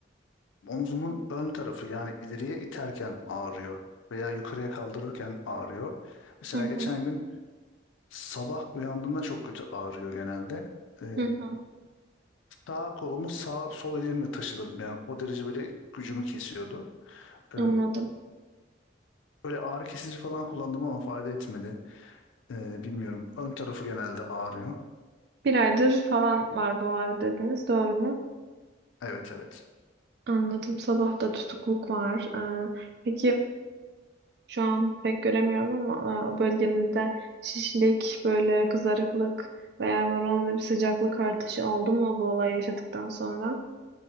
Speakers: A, on the left; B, on the right.
A: omzumun ön tarafı yani ileriye iterken ağrıyor veya yukarıya kaldırırken ağrıyor. Mesela
B: hı
A: geçen
B: hı,
A: gün sabah uyandığımda çok kötü ağrıyor genelde. E,
B: hı hı.
A: sağ kolumu sağ sol elimle taşıdım. Yani o derece böyle gücümü kesiyordu.
B: Anladım.
A: E, böyle ağrı kesici falan kullandım ama fayda etmedi. E, bilmiyorum. Ön tarafı genelde ağrıyor.
B: Bir aydır falan var bu ağrı dediniz. Doğru mu?
A: Evet evet.
B: Anladım. Sabah da tutukluk var. Ee, peki. Şu an pek göremiyorum ama e, o bölgenizde şişlik, böyle kızarıklık veya bir oranda bir sıcaklık artışı oldu mu bu olay yaşadıktan sonra?